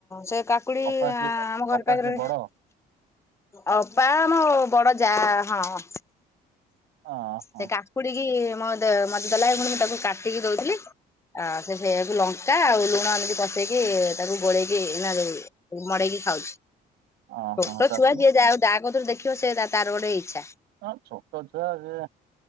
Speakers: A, on the left; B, on the right.
A: ସେ କାକୁଡି
B: ଅପା କିଏ
A: ଆମ ଘର
B: ଅପା
A: ପାଖରେ
B: କିଏ ବଡ
A: ଅପା ମୋ ବଡ ଯା ହଁ ହଁ।
B: ହଁ।
A: ସେ କାକୁଡିକି ମୋ ଦେ ମତେ ଦେଲା ଏଇଖୁଣି ମୁଁ ତାକୁ କାଟିକି ଦୋଉଥିଲି। ଆ ସେ ସେୟାକୁ ଲଙ୍କା ଆଉ ଲୁଣ ଏମତି ପସେଇକି ତାକୁ ଗୋଳେଇକି ନା ଯୋଉ ହୁ ମଡେଇକି ଖାଉଛି।
B: ଓହୋ
A: ଛୋଟ
B: ଶାଶୁ
A: ଛୁଆ ଯିଏ ଯାଏ ଆଉ ଦାହା କଥରୁ ଦେଖିବ ସେ ତାର ଗୋଟେ ଇଚ୍ଛା।
B: ହଁ ଛୋଟ ଛୁଆ ସେ